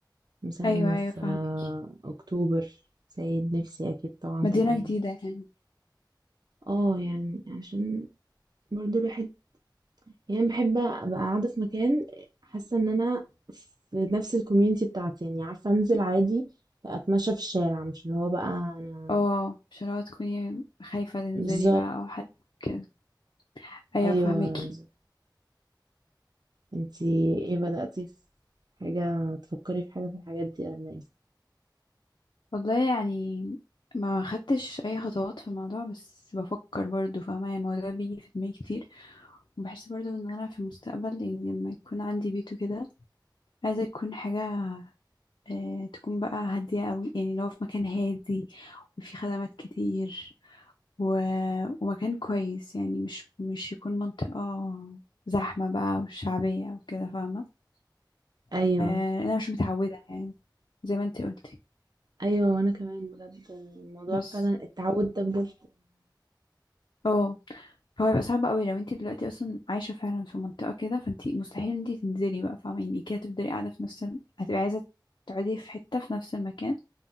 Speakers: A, on the right; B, on the left.
A: مثلا
B: ايوه ايوه
A: في
B: فاهمك
A: آه، اكتوبر سيد نفسي اكيد طبعا
B: مدينة
A: تبقى هنا
B: جديدة يعني
A: اه يعني عشان برضو الواحد يعني بحب ابقى قاعده في مكان حاسه ان انا في نفس الكوميونتي بتاعتي يعني عارفه انزل عادي اتمشى في الشارع مش اللي هو بقى انا
B: اه مش اللي هو تكوني خايفة تنزلي
A: بالظبط
B: بقى او حد كده ايوه
A: ايوه
B: فهمكي
A: بالظبط انتي ايه بدأتي في حاجه تفكري في حاجه في الحاجات دي ولا ايه
B: والله يعني ما خدتش اي خطوات في الموضوع بس بفكر برضو فاهمه يعني الموضوع بيجي في دماغي كتير وبحس برضو ان انا في المستقبل يعني لما يكون عندي بيت وكده عايزه يكون حاجه آه تكون بقى هاديه قوي يعني لو في مكان هادي وفي خدمات كتير و... ومكان كويس يعني مش مش يكون منطقه زحمه بقى وشعبيه وكده فاهمه
A: ايوه
B: آه انا مش متعوده يعني زي ما انتي قلتي
A: ايوه وانا كمان بجد الموضوع
B: بس
A: فعلا التعود ده بجد
B: اه فهو يبقى صعب قوي لو انت دلوقتي اصلا عايشه فعلا في منطقه كده فانت مستحيل ان انت تنزلي بقى فاهمه يعني كده هتفضلي قاعده في نفس ال... هتبقي عايزه تقعدي في حته في نفس المكان